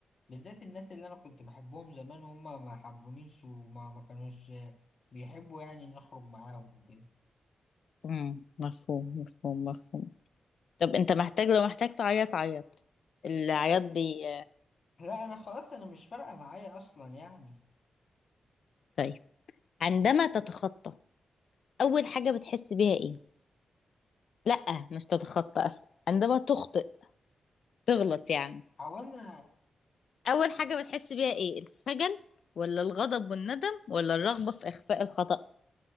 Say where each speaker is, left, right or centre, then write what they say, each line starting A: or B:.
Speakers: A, on the left; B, on the left.
A: بالذات الناس اللي انا كنت بحبهم زمان وهم ما حبونيش وما ما كانوش بيحبوا يعني ان اخرج معاهم وكده
B: مم. مفهوم مفهوم مفهوم طب انت محتاج لو محتاج تعيط عيط العياط بي
A: لا انا خلاص انا مش فارقة معايا اصلا يعني
B: طيب عندما تتخطى اول حاجة بتحس بيها ايه لا مش تتخطى اصلا عندما تخطئ تغلط يعني
A: او انا
B: اول حاجة
A: <laughs>
B: بتحس بيها ايه الخجل ولا الغضب والندم ولا الرغبة في اخفاء الخطأ